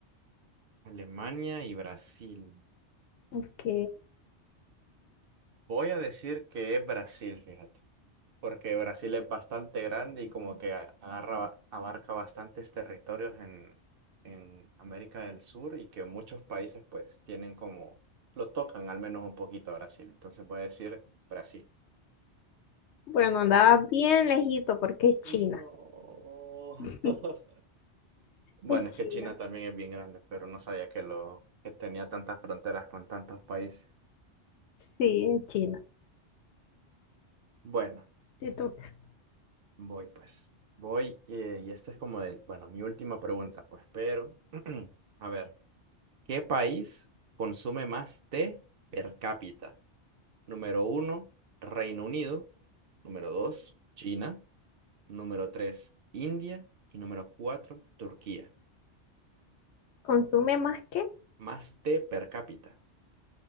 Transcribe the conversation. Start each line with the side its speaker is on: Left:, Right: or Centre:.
Right: Alemania y Brasil.
Left: Ok.
Right: Voy a decir que es Brasil, fíjate, porque Brasil es bastante grande y como que a- agarra, abarca bastantes territorios en, en América del Sur y que muchos países pues tienen como, lo tocan al menos un poquito a Brasil. Entonces voy a decir Brasil.
Left: Bueno, andaba bien lejito porque es China.
Right: No.
Left: <laughs>
Right: <laughs> Bueno,
Left: Es
Right: es
Left: China.
Right: que China también es bien grande, pero no sabía que lo, que tenía tantas fronteras con tantos países.
Left: Sí, es China.
Right: Bueno.
Left: Te toca.
Right: Voy pues, voy eh, y esta es como el, bueno, mi última pregunta pues, pero <clears throat> a ver, ¿qué país consume más té per cápita? Número uno, Reino Unido. Número dos, China. Número tres, India. Y número cuatro, Turquía.
Left: ¿Consume más que?
Right: Más té per cápita.